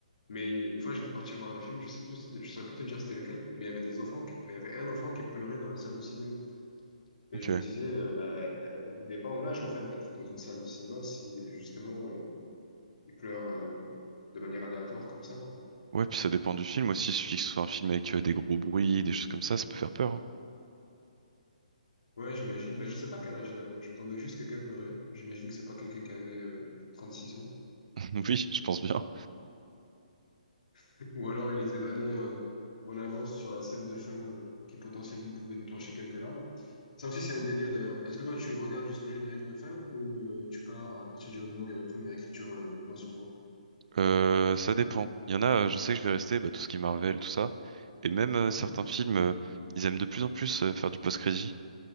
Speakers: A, on the left; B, on the right.
A: Mais une fois, j'étais parti voir un film, je sais plus, je saurais plus te dire c'était lequel, mais il y avait des enfants qui, enfin, il y avait un enfant qui pleurait dans la salle de cinéma. Et
B: Ok.
A: je me disais, euh, bah, euh, il n'est pas en âge, en fait, d'être dans une salle de cinéma si, justement, euh, il pleure euh, de manière aléatoire comme ça, quoi.
B: Ouais, puis ça dépend du film aussi. Il suffit que ce soit un film avec euh, des gros bruits, des choses comme ça, ça peut faire peur. hein.
A: Ouais, j'imagine. Bah, je sais pas quel âge il avait. J'entendais juste quelqu'un pleurer. J'imagine que c'est pas quelqu'un qui avait euh, six ans.
B: <laughs> Oui, je pense bien.
A: <laughs> Ou alors il était vraiment euh, en avance sur la scène de fin euh, qui potentiellement pouvait déclencher quelques larmes. Ça aussi, c'est un délire d'ailleurs. Est-ce que toi, tu regardes jusqu'au générique de fin ou euh, tu pars à partir du moment où il y a la première écriture euh, blanc sur noir?
B: Euh, ça dépend. Il y en a, euh, je sais que je vais rester, bah, tout ce qui est Marvel, tout ça. Et même euh,
A: Mhm.
B: certains films, euh, ils aiment de plus en plus euh, faire du post-crédit.